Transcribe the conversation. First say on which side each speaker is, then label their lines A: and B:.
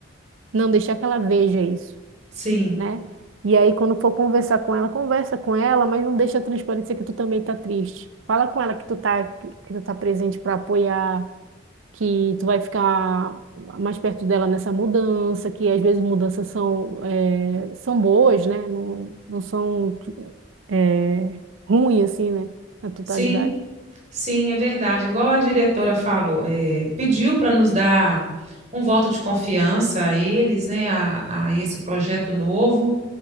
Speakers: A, on the right; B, on the right.
A: não deixar que ela veja isso
B: Sim,
A: né? E aí, quando for conversar com ela, conversa com ela, mas não deixa transparecer que tu também tá triste. Fala com ela que tu tá, que tu tá presente para apoiar, que tu vai ficar mais perto dela nessa mudança, que às vezes mudanças são, eh, são boas, né? Não, não são, eh, ruins, assim, né? Na totalidade.
B: sim. Sim, é verdade. Igual a diretora falou, é, pediu para nos dar um voto de confiança a eles, né, a, a esse projeto novo.